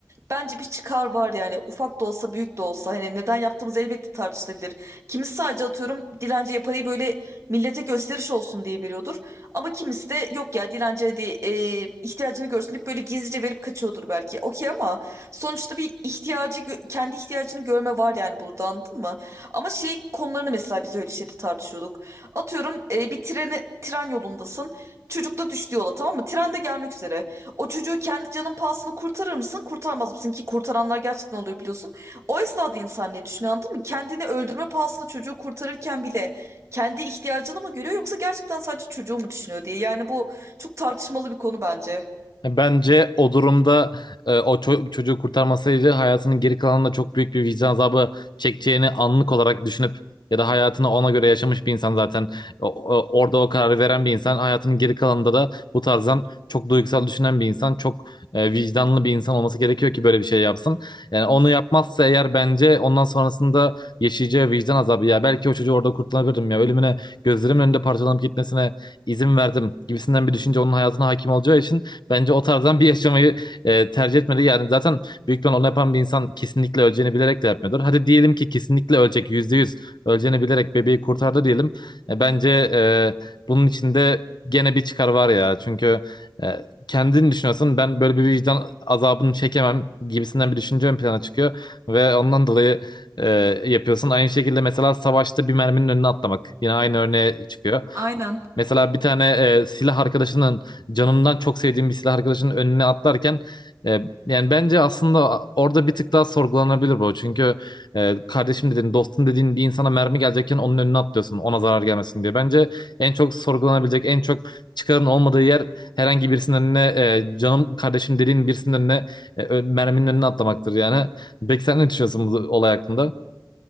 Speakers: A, on the right; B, on the left.
A: bence bir çıkar var yani ufak da olsa büyük de olsa hani neden yaptığımız elbette tartışılabilir. Kimisi sadece atıyorum dilenciye parayı böyle millete gösteriş olsun diye veriyordur. Ama kimisi de yok ya dilenciye de e, ihtiyacını görsün deyip böyle gizlice verip kaçıyordur belki. Okey ama sonuçta bir ihtiyacı gö- kendi ihtiyacını görme var yani burada anladın mı? Ama şey konularını mesela biz öyle şeyde tartışıyorduk. Atıyorum e, bir treni, tren yolundasın. Çocuk da düştü yola tamam mı? Tren de gelmek üzere. O çocuğu kendi canın pahasına kurtarır mısın? Kurtarmaz mısın? Ki kurtaranlar gerçekten oluyor biliyorsun. O esnada insan ne düşünüyor anladın mı? Kendini öldürme pahasına çocuğu kurtarırken bile kendi ihtiyacını mı görüyor yoksa gerçekten sadece çocuğu mu düşünüyor diye. Yani bu çok tartışmalı bir konu bence.
B: Bence o durumda e, o ço- çocuğu kurtarmasaydı hayatının geri kalanında çok büyük bir vicdan azabı çekeceğini anlık olarak düşünüp ya da hayatını ona göre yaşamış bir insan zaten O- o- orada o kararı veren bir insan hayatının geri kalanında da bu tarzdan çok duygusal düşünen bir insan çok e, vicdanlı bir insan olması gerekiyor ki böyle bir şey yapsın. Yani onu yapmazsa eğer bence ondan sonrasında yaşayacağı vicdan azabı ya belki o çocuğu orada kurtulabilirdim ya ölümüne gözlerimin önünde parçalanıp gitmesine izin verdim gibisinden bir düşünce onun hayatına hakim olacağı için Bence o tarzdan bir yaşamayı e, tercih etmeli. Yani zaten büyük ihtimal onu yapan bir insan kesinlikle öleceğini bilerek de yapmıyordur. Hadi diyelim ki kesinlikle ölecek %100 öleceğini bilerek bebeği kurtardı diyelim. E, bence e, bunun içinde gene bir çıkar var ya. Çünkü e, kendini düşünüyorsun ben böyle bir vicdan azabını çekemem gibisinden bir düşünce ön plana çıkıyor. Ve ondan dolayı e, yapıyorsun. Aynı şekilde mesela savaşta bir merminin önüne atlamak. Yine aynı örneğe çıkıyor.
A: Aynen.
B: Mesela bir tane e, silah arkadaşının canımdan çok sevdiğim bir silah arkadaşının önüne atlarken e, yani bence aslında orada bir tık daha sorgulanabilir bu. Çünkü e, kardeşim dediğin, dostum dediğin bir insana mermi gelecekken onun önüne atlıyorsun ona zarar gelmesin diye. Bence en çok sorgulanabilecek, en çok çıkarın olmadığı yer herhangi birisinin önüne e, canım kardeşim dediğin birisinin önüne e, ö- merminin önüne atlamaktır yani. Peki sen ne düşünüyorsun bu olay hakkında?